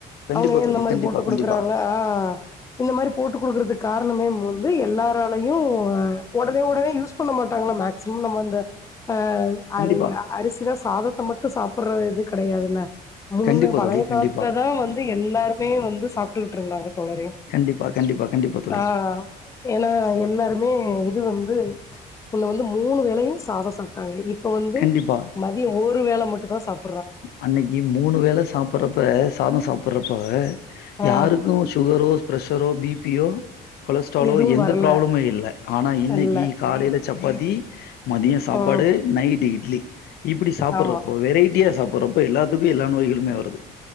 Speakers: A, on the left (about 70°); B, on the left (about 20°).
A: கண்டிப்பா
B: அவுங்க ஏ
A: தோழி.
B: இந்த மாரி
A: கண்டிப்பா,
B: போட்டு குடுக்குறாங்க
A: கண்டிப்பா.
B: ஆ இந்த மாரி போட்டு குடுக்குறதுக்கு காரணமே மூந்து எல்லாராலையு வொடனே வொடனே யூஸ் பண்ண மாட்டாங்களா மேக்சிமம் நம்ம அந்த ஆ அரி
A: கண்டிப்பா.
B: அரிசி த ச சாதத்த மட்டு சாப்பிடுற இதுக் கெடையாதுல்ல முன்னு
A: கண்டிப்பா
B: பழைய
A: தோழி.
B: காலத்துல
A: கண்டிப்பா.
B: தா வந்து எல்லாருக் ப்மே வந்து சாப்பிட்டுக்கிட்டு இருந்தாங்க தோரி
A: கண்டிப்பா, கண்டிப்பா, கண்டிப்பா தோழி.
B: ஆ ஏன்னா எல்லாருமே இது வந்து து ஒன்னு வந்து மூணு வேலையு சாதம் சாப் இது இப்ப வந்து
A: கண்டிப்பா.
B: மதியம் உ ஒரு வேல மட்டு தா சாப்
A: அன்னைக்கு மூணு வேல சாப்பறப்ப சாதம் சாப் ப்பறப்பா
B: ஆ
A: யாருக்கு சுகரோ பிரசரோ பி பி ஓ கொலஸ்ட்ராலோ
B: எதுவு
A: எந்த
B: வரல
A: ப்ராப்ளமு இல்ல ஆனா இன்னைக்கு
B: இல்ல
A: காலையில சப் பதி மதிய சாப்பாடு
B: ம்
A: நைட்டு இட் ட்லி இப்டி சாப்படுறப்போ
B: ஆமா
A: வெரைட்டியா சாப்பறப்ப எல்லாத்துக்கு எல்லா நோய்களுமே வருது